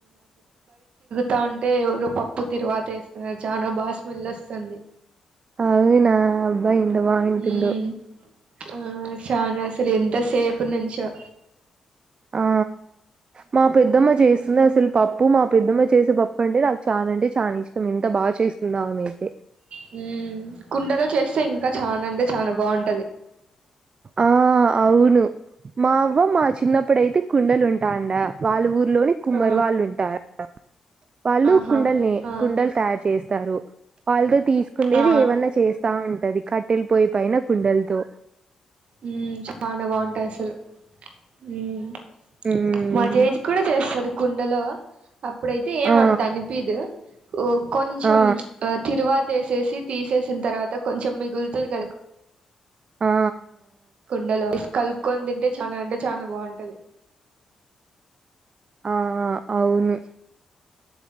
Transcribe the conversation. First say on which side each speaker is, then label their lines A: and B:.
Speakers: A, on the right (about 65°); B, on the right (about 50°).
A: తాఉంటే ఎవరు పప్పు తిరువాత వేస్తున్నారు చానా బాగా స్మెల్ వస్తుంది
B: అవునా అబ్బా ఎంత బావుంటుందో
A: ఉమ్ ఆ షాన్ అసలు ఎంత సేపు నించో
B: ఆ మా పెద్దమ్మ చేస్తుంది అసలు పప్పు మా పెద్దమ్మ చేసే పప్పు అంటే నాకు చాలా అంటే చాలా ఇష్టం ఎంత బాగా చేస్తుందో ఆమెయితే
A: హ్మ్ కుండలో చేస్తే ఇంకా చాన అంటే చానా బాగుం
B: ఆ అవును మా అవ్వ మా చిన్నప్పుడయితే కుండలు ఉంటాండ వాళ్ళు ఊ రి లోని కుమ్మరి
A: ఆ
B: వాళ్ళు ఉంటారు వాళ్ళు
A: ఆహా
B: కుండల్ని
A: ఆ
B: కుండలు తయారు చేస్ తారు వాళ్ళు తీసుకుండేది
A: ఆ
B: ఏమన్నా చేస్తా ఉ అది కట్టెల్ పొయ్యి పైన కుండల్తో
A: హ్మ్ చానా బాగుంటాయి అసలు హ్మ్
B: మ్మ్
A: మా జేజ్ కూడా చేస్తుంది కుండలో అప్పుడైతే ఏమంత
B: ఆ
A: అనిపిదు కొంచెం
B: ఆ
A: తిరువా వేసేసి తీసేసిన తర్వాత త కొంచం మిగులుతుంది కద
B: ఆ ఆ
A: కుండలో కలుపుకొని తింటే చాలా అంటే చాలా బాగుంటది
B: ఆ ఆ అవును